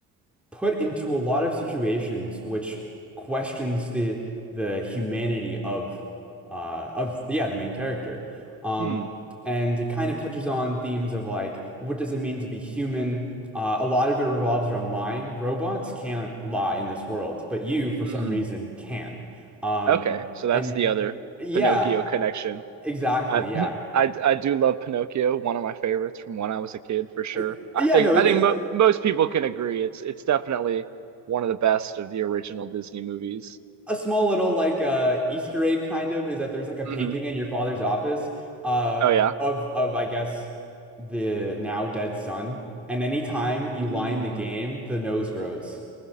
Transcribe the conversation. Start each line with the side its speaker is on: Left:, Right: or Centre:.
Centre: put into a lot of situations which questions the the humanity of uh, of yeah the main character. Um,
Right: Hmm.
Centre: and it kind of touches on themes of like what does it mean to be human? Uh, a lot of it revolves around lying. Robots can't lie in this world, but you, for
Right: Hmm.
Centre: some reason, can. Um,
Right: Okay. So that's
Centre: and
Right: the other
Centre: yeah,
Right: Pinocchio connection.
Centre: exactly,
Right: I
Centre: yeah.
Right: <laughs> <clears throat> I I do love Pinocchio, one of my favorites from when I was a kid for sure.
Centre: Uh,
Right: I
Centre: Yeah,
Right: think
Centre: no, it's
Right: I think mo most people can agree it's it's definitely one of the best of the original Disney movies.
Centre: a small little like uh Easter egg kind of is that there's like a
Right: hmm
Centre: painting in your father's office uh
Right: Oh yeah.
Centre: of of I guess the now dead son. And anytime
Right: Hmm.
Centre: you lie in the game, the nose grows.